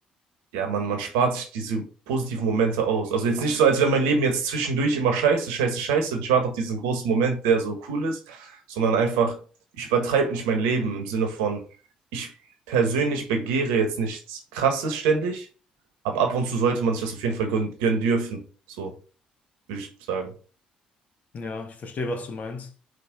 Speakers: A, on the right; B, on the left.
A: ja, man, man spart sich diese positiven Momente aus. Also jetzt nicht so, als wäre mein Leben jetzt zwischendurch immer scheiße, scheiße, scheiße und ich warte auf diesen großen Moment, der so cool ist, sondern einfach, ich übertreibe nicht mein Leben im Sinne von, ich persönlich begehre jetzt nichts Krasses ständig, aber ab und zu sollte man sich das auf jeden Fall gön gönnen dürfen, so würde ich sagen.
B: Ja, ich verstehe, was du meinst.